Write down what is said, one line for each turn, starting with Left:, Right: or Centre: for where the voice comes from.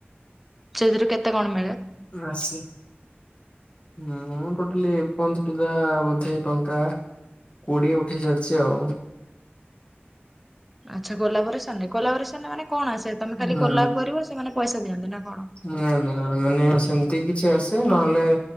Centre: ସେଥିରୁ କେତେ କଣ ମିଳେ?
Left: ରାଶି ହୁଁ ମୁଁ ଟୋଟାଲି ଏପର୍ଯ୍ୟନ୍ତ ସୁଧା ବୋଧେ ଟଙ୍କା କୋଡିଏ ଉଠେଇ ସାରିଛି ଆଉ।
Centre: ଆଛା କୋଲାପରେସନ କୋଲାପରେସନ ମାନେ କଣ ଆସେ ତମେ ଖାଲି
Left: ହୁଁ
Centre: କୋଲାପ୍ କରିବ ସେମାନେ ପଇସା ଦିଅନ୍ତି ନା କଣ?
Left: ନା, ନା, ମାନେ ସେମିତି କିଛି ଆସେ ନହେଲେ